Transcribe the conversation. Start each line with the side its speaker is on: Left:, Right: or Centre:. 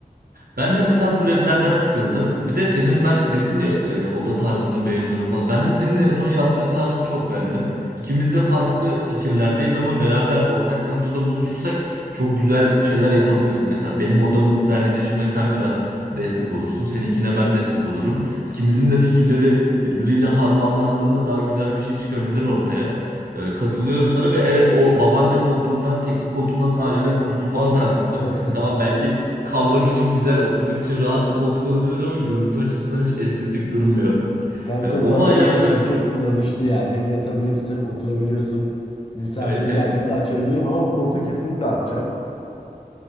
Right: Ben de mesela bu ledlerden sıkıldım. Bir de senin ben dedin ya e, oda tarzını beğeniyorum falan. Ben de senin en son yaptığın tarzı çok beğendim. İkimiz de farklı fikirlerdeyiz ama beraber ortak bir noktada buluşursak çok güzel şeyler yapabiliriz. Mesela benim odamı dizayn edişime sen biraz destek olursun. Seninkine ben destek olurum. İkimizin de fikirleri birbiriyle harmanlandığında daha güzel bir şey çıkabilir ortaya. E, Katılıyorum sana ve evet o babaanne koltuğundan, tekli koltuğundan acilen kurtulman <laughs> lazım.
Left: <laughs>
Right: Tamam belki kalmak için güzel, oturmak için rahat bir koltuk olabilir ama görüntü açısından hiç estetik durmuyor.
Left: Kanka
Right: E, onu
Left: bu arada
Right: ayarlarız.
Left: o koltuk çok kullanışlı yani. Hem yatabiliyorsun hem oturabiliyorsun. Misafirim
Right: Evet hem
Left: geldiğinde açabiliyorum ama bu koltuğu kesinlikle atacağım.